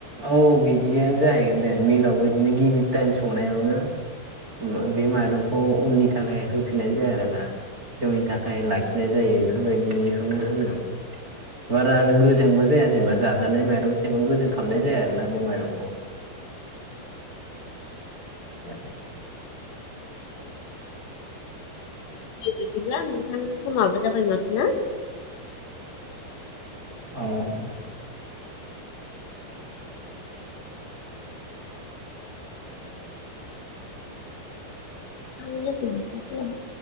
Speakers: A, on the right (about 25°); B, on the left (about 85°).
A: औ बिदियान जाहैगोन दे मिलावबो इदिनो गिबि टाइम सौनायावनो उम ओ बे माइरंखौ उननि थाखाय होफिननाय जाया आरो ना जौनि थाखाय लाखिनाय जायो इफोरबायदिखौनो होनो। बारा गोजोंबो जाया जेनेबा जाजानाय माइरं सेबां गोजों खालामनाय जाया आरोना बे माइरंखौ ए
B: दे बिदिब्ला नोंथां समाबो जाबाय माथो ना
A: औ औ
B: थां लोगो मोनफिनसिगोना